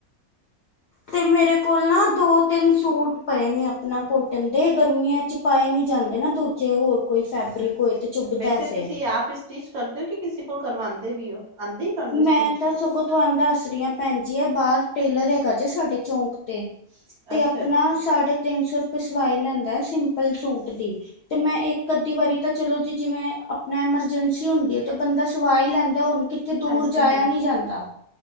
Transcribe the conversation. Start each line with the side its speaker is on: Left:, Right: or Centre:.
Left: ਤੇ ਮੇਰੇ ਕੋਲ ਨਾ ਦੋ ਤਿੰਨ ਸੂਟ
Right: ਹੂੰ
Left: ਪਏ ਨੇ ਆਪ ਆਪਣਾ ਕੋਟਨ ਦੇ ਗਰਮੀਆਂ ਚ ਪਾਏ ਨੀ ਜਾਂਦੇ ਨਾ ਦੂਜੇ ਹੋਰ, ਕੋਈ ਫੈਬਰਿਕ
Right: ਅੱਛਾ-ਅੱਛਾ
Left: ਹੋਏ ਤੇ ਚੁੱਭਦਾ
Right: ਵੈਸੇ ਤੁਸੀਂ
Left: ਫਿਰ
Right: ਆਪ ਸਟਿਚ ਕਰਦੇ ਹੋ ਕਿ ਕਿਸੇ ਕੋਲ ਕਰਵਾਂਦੇ ਵੀ ਹੋ ਆਂਦੀ ਤੁਹਾਨੂੰ
Left: ਮੈਂ
Right: ਸਟਿਚਿੰਗ।
Left: ਤਾਂ ਸਗੋਂ ਤੁਹਾਨੂੰ ਦੱਸ ਰਹੀ ਹੈ ਭੈਣ ਜੀ ਆ ਬਾਹਰ ਟੇਲਰ
Right: ਹੂੰ-ਹੂੰ
Left: ਹੈਗਾ ਜੇ ਸਾਡੇ ਚੌਂਕ ਤੇ, ਤੇ
Right: ਅੱਛਾ-ਅੱਛਾ
Left: ਆਪਣਾ ਸਾਢੇ ਤਿੰਨ ਸੌ ਸਿਵਾਈ ਲੈਂਦਾ ਸਿੰਪਲ ਸੂਟ ਦੀ। ਤੇ, ਮੈਂ ਇੱਕ ਅੱਧੀ ਵਾਰੀ ਤਾਂ ਚਲੋ ਜੀ, ਜਿਵੇਂ ਆਪਣਾ ਐਮਰਜੈਂਸੀ ਹੁੰਦੀ ਐ, ਤੇ ਬੰਦਾ ਸਵਾ ਹੀ ਲੈਂ ਦਾ ਹੁਣ ਕਿੱਥੇ ਦੂਰ
Right: ਹਾਂਜੀ-ਹਾਂਜੀ,
Left: ਜਾਇਆ ਨਹੀਂ ਜਾਂਦਾ